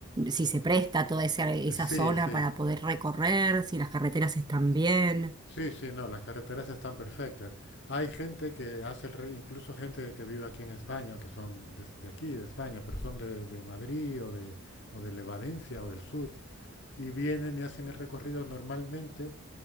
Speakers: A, on the right; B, on the left.
A: si se presta toda esa, esa
B: Eh, Sí,
A: zona
B: sí,
A: para poder recorrer, si las carreteras están bien.
B: sí, sí, no, las carreteras están perfectas. Hay gente que hace, el re- incluso gente que vive aquí en España, que son des- de, aquí, de España, pero son de, de Madrid o de, o de Valencia o del sur, y vienen y hacen el recorrido normalmente,